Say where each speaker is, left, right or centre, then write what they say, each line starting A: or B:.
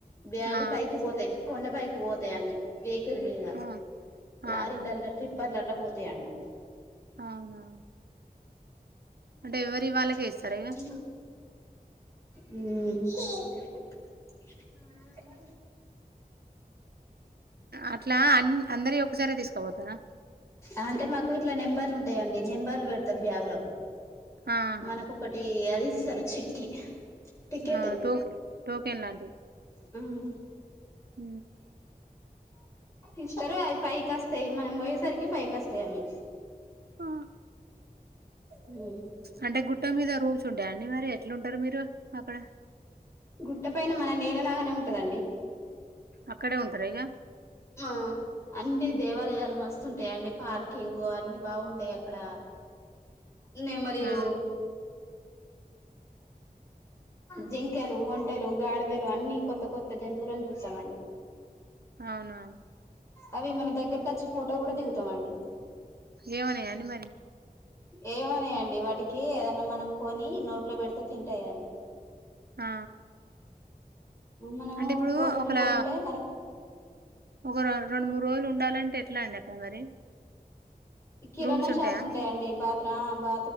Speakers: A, on the left; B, on the right.
A: బ్యాగులు
B: ఆ
A: పైకి పోతాయి కొండ పైకి పోతాయి అన్ని వెహికల్ మీద
B: ఆ
A: లారీల్ల
B: ఆహా
A: ట్రిప్ర్లలా పోతాయి అన్న
B: అవునా
A: <inaudible>
B: అంటే ఎవరి వాళ్ళకే ఇస్తారా ఇక
A: మ్మ్ ఆ అదా
B: అట్లా అ అందరి ఒకసారి తీసుకపోతారా.
A: అంటే మాకు ఇట్ల నెంబర్లుంటాయండి నెం బ్బళ్లు పెడతారు బ్యాగు్లకు
B: ఆహా
A: మనక ఒకటి అది ఇస్తారు చిట్టి టికెట్
B: ఆ టోక టోకెన్ లాంటిది.
A: మ్మ్
B: హ
A: ఇస్తారు అవి ఫైకి వస్తాయి మనం పోయేసరికి ఫైకి వస్తాయి అవి.
B: ఆ
A: మ్మ్
B: అంటే గుట్ట మీద రూమ్స్ ఉంటాయి అండి మరి ఎట్లుంటారు మీరు అక్కడ
A: గుట్ట పైన మన నేల లాగానే ఉంటదండి.
B: అక్కడే ఉంటారు ఇగా
A: ఆ అన్ని దేవాలయాలు మస్తుంటాయిండి పార్కింగ్ అన్ని బాగుంటాయి అక్కడ నెమలీలు
B: ఆ
A: జింకలు, ఒంటెలు, గాడి దలు అన్ని కొత్త కొత్త జంతువులను చూస్తామండి.
B: అవునా
A: అవి మన దగ్గరకి వచ్చి ఫోటో కూడా దిగుతామ అండి
B: ఏమన్నాయా అండి మరి
A: ఏమనాయండి వాటికి ఏదైనా మనం కొని నోట్లో పెడితే తింటాయండి.
B: ఆ
A: మనం
B: అంటే ఇప్పుడు
A: పోతుంటే
B: ఒకలా
A: పోతుంటే మనకు
B: ఒక రెండు మూడు రోజులు ఉండాలంటే ఎట్లా అండి అక్కడ మరి
A: కిరాణా
B: రూమ్స్ ఉంటాయా
A: షాపులు ఉంటాయండి బాత్ర బా